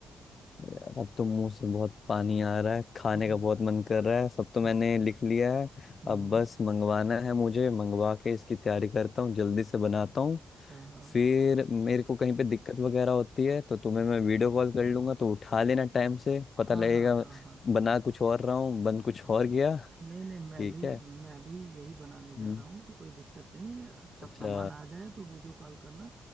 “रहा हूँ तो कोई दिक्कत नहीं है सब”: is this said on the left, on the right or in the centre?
Right